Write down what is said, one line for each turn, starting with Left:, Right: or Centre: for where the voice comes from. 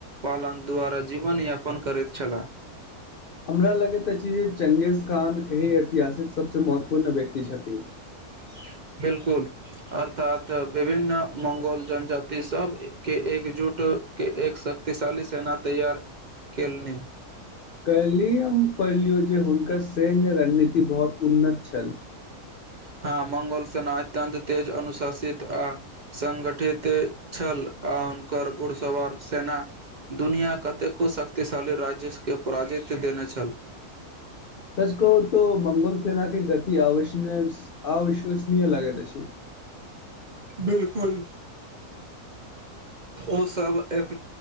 Right: पालन द्वारा जीवनयापन करैत छलाह।
Left: हमरा लगैत अछि जे चंगेज खान, एहि ऐतिहासिक सबसे महत्वपूर्ण व्यक्ति छथि।
Right: ह <unintelligible> 'बिलकुल' अर्थात विभिन्न मंगोल जनजाति सभके एकजुट अ के एक शक्तिशाली सेना तैयार केलनि
Left: कल्हि हम पढलियौ जे, हुनकर सैन्य रणनीति बहोत उन्नत छल।
Right: हां, मंगोल सेना अत्यंत तेज, अनुशासित, आ संगठित छल, आ आ हुनकर घुड़सवार सेना, दुनिया कतेको शक्तिशाली राज्यस के पराजित देने छल।
Left: सच कहू तो मंगोल सेेना के गति आवसनीय स अविश्वसनीय लागैत अछि।
Right: 'बिल्कुल' ओ सब एक